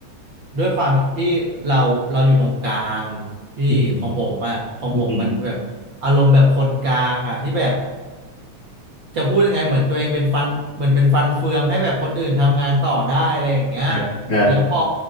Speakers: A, on the right (about 45°); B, on the left (about 35°).
A: ด้วยความที่เราเราอยู่ตรงกลางพี่ของผมอะของผมมันแบบอารมณ์แบบคนกลางอะที่แบบ
B: อืม
A: จะพูดยังไงเหมือนตัวเองเป็นฟันเหมือนเป็นฟันเฟืองให้แบบคนอื่นทำงานต่อได้อะไรอย่างเงี้ย
B: ครับครับ
A: แล้วพอ